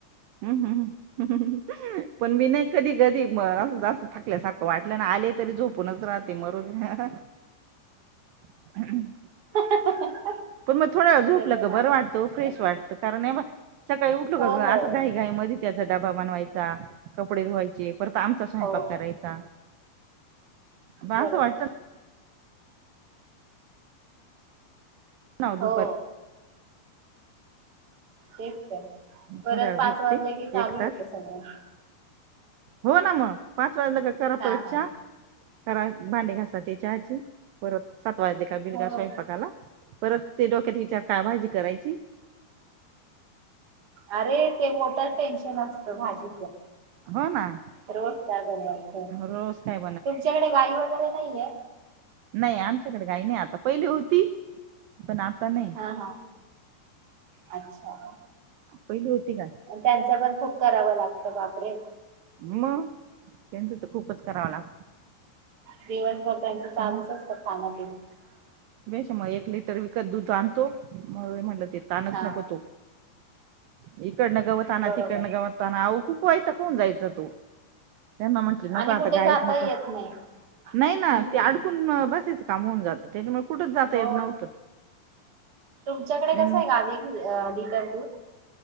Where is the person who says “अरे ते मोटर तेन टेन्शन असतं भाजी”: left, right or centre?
Right